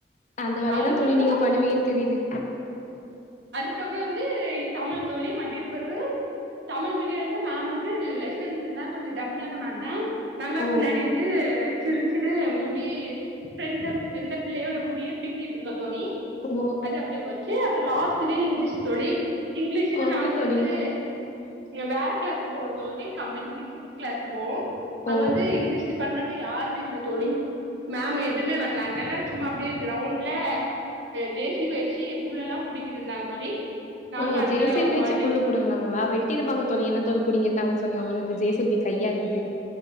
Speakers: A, on the left; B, on the right.
A: அந்த வேலையதான்
B: அதுக்கப்புறம்
A: தோழி நீங்க பண்ணுவீங்கனு தெரிது
B: அதுக்கப்றோ வந்து தமிழ் தோழி மதியத்து பிறகு தமிழ் பிரீயடுல மேம் வந்து லெசன்ஸ்ருந்தா கொஞ்சோ டம்மியான மேம்தா நாங்க
A: ஓ
B: பின்னாடி இருந்து சிரிச்சுட்டு முடி ப்ரெண்டப் எந்த பிள்ளையோட முடிய பின்னிட்டுருந்தோந் தோழி
A: ஓ
B: அது அப்டி போச்சு அப்றோ லாஸ்டுக்கு இங்கிலீஷ் தோழி இங்கிலீஷுக்கு
A: ஓகே
B: நாங்க
A: தோழி
B: வந்து நீங்க வேற கிளாஸ்க்கு <unintelligible> கம்பென் பிசிக்ஸ் கிளாஸ்க்கு போகும் அங்க
A: ஓ
B: வந்து இங்கிலீஷ் டிபார்ட்மெண்ட் யாருமே இல்ல தோழி மேம் எதுமே வர்ல அ னால சும்மா அப்டியே கிரௌண்ட்ல ஜே சி பிய வெச்சு புள்ளெல்லா புடிங்கிட்டு இருந்தாங்க தோழி நாங்க
A: ஓ
B: அதுல
A: ஜே சி பிய வெச்சு
B: ஓடிட்டு
A: புல்லு புடுங்கனாங்ளா வெ கட்டி இருப்பாங்கோ என்ன தோழி இப்டி இருக்காங்கன்னு சொன்னி அவங்க எனக்கு ஜே சி பி கையா இருக்குது